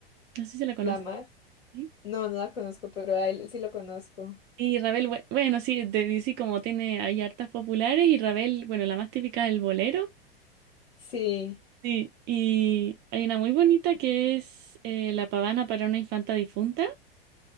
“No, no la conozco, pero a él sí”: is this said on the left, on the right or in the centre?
Left